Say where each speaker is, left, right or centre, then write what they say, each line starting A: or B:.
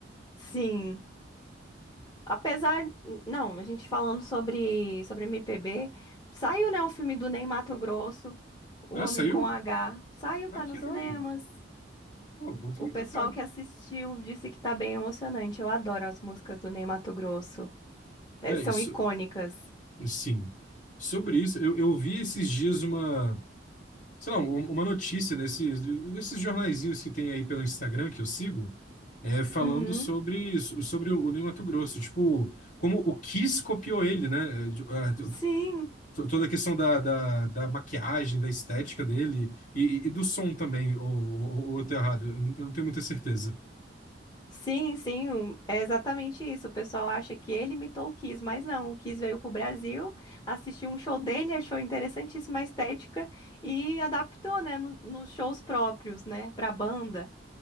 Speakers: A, on the left; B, on the left.
A: Sim. Apesar, não, a gente falando sobre sobre MPB, saiu, né, o filme do Ney Matogrosso, O
B: Ah,
A: Homem
B: saiu?
A: com H, saiu,
B: Ah,
A: tá
B: que
A: nos
B: irado.
A: cinemas.
B: Pô, boto
A: O
B: muita
A: pessoal
B: fé.
A: que assistiu disse que tá bem emocionante. Eu adoro as músicas do Ney Matogrosso. É,
B: É
A: são
B: isso.
A: icônicas.
B: Sim. Sobre isso, eu, eu vi esses dias uma, sei lá, um- uma notícia nesses, nesses jornaizinhos que tem aí pelo Instagram que eu sigo, é, falando
A: Uhum.
B: sobre, sobre o Ney Mato Grosso. Tipo, como o Kiss copiou ele, né? ah, to-
A: Sim.
B: Toda a questão da, da, da maquiagem, da estética dele e, e- e do som também, ou, ou, ou eu tô errado, eu não eu não tenho muita certeza.
A: Sim, sim, um- é exatamente isso. O pessoal acha que ele imitou o Kiss, mas não. O Kiss veio pro Brasil, assistiu um show dele, achou interessantíssima a estética e adaptou, né, no- nos shows próprios, né, pra banda.